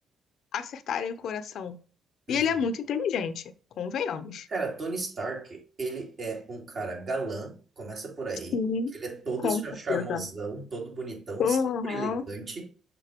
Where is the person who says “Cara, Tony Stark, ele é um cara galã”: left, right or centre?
Right